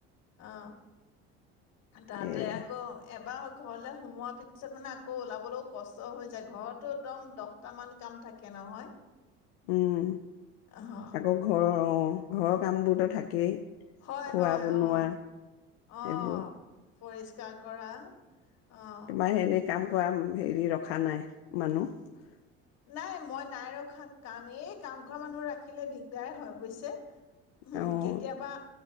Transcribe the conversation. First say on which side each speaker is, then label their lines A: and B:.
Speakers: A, on the left (about 60°); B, on the left (about 90°).
A: অ। তাহাতে
B: সেয়া
A: আকৌ এবাৰ হওক কল সোমোৱাৰ পিছত মানে আকৌ ওলাবলৈও কষ্ট হৈ যায় ঘৰতো একদম দহটা মান কাম থাকে নহয়।
B: উম
A: অ',
B: আকৌ ঘৰৰ অ। অ ঘৰৰ কামবোৰতো থাকেই।
A: হয়
B: খোৱা
A: হয়
B: বনোৱা
A: অহ অহ
B: এইবোৰ
A: পৰিষ্কাৰ কৰা অহ।
B: তোমাৰ এনে কাম কৰা হেৰি ৰখা নাই মানুহ।
A: নাই মই নাই ৰখা কাম এই কাম কৰা মানুহ ৰাখিলে দিগদাৰে হয় বুজিছে। উম
B: অ',
A: কেতিয়াবা